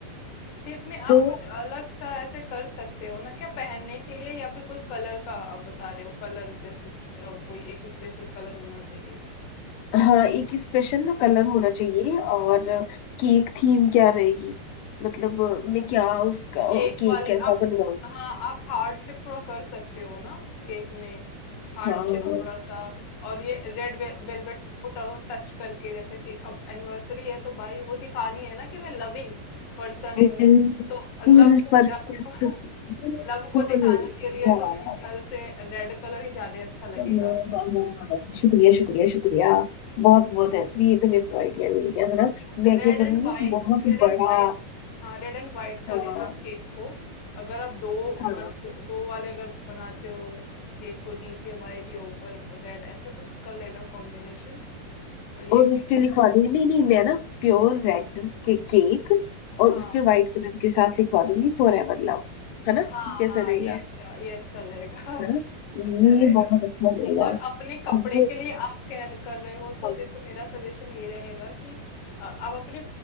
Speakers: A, on the left (about 45°); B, on the left (about 85°).
A: थीम में
B: तो
A: आप कुछ अलग सा ऐसे कर सकते हो ना क्या पहनने के लिए या फिर कोई कलर का आप बता रहे हो, कलर जैसे अ, कोई एक स्पेशल कलर होना चाहिए।
B: हाँ एक स्पेशल ना कलर होना चाहिए और केक थीम क्या रहेगी मतलब मैं क्या उसका
A: केक
B: केक
A: वाली
B: कैसा
A: आप
B: बनवाऊँ
A: हाँ आप हार्ट शेप थोड़ा कर सकते हो ना केक में हार्ट
B: हाँ
A: शेप थोड़ा सा और ये रेड वेलवेट को टच करके जैसे कि अब एनिवर्सरी है तो भाई वो दिखानी है ना कि मैं लविंग पर्सन
B: बिल्कुल
A: हूँ तो लव को
B: परफेक्ट
A: <laughs>
B: बिल्कुल
A: लव को दिखाने के लिए
B: यार
A: तो मेरे ख्याल से रेड कलर ही ज्यादा अच्छा लगेगा
B: हाँ, हाँ, हाँ, शुक्रिया शुक्रिया शुक्रिया बहुत बहुत है ये तो मेरे को आइडिया मिल गया है ना
A: Red
B: मैं क्या
A: and
B: करूंगी
A: white
B: एक बहुत
A: red and
B: बड़ा
A: white हाँ रेड एंड वाइट कर
B: हाँ
A: लेना आप केक को अगर आप दो
B: हाँ
A: मान- दो, दो वाले अगर बनाते हो केक तो नीचे वाइट या ऊपर रेड ऐसे कुछ कर लेना कॉम्बिनेशन और ये
B: और
A: कर
B: उस पे लिखवा दूंगी नहीं नहीं मैं ना प्योर रेड के केक
A: लेना
B: और उस
A: हाँ
B: पे व्हाइट कलर के साथ लिखवा दूंगी फॉर एवर लव है ना
A: हाँ
B: ये कैसा
A: हाँ
B: रहेगा
A: ये अच्छा ये अच्छा रहेगा <laughs>
B: है ना
A: अच्छा
B: ये
A: रहेगा
B: बहुत अच्छा रहेगा
A: और अपने कपड़े
B: अब
A: के लिए आप कह कर रहे हो तो
B: हाँ,
A: देखो मेरा सजेशन ये रहेगा कि अ, आप अपने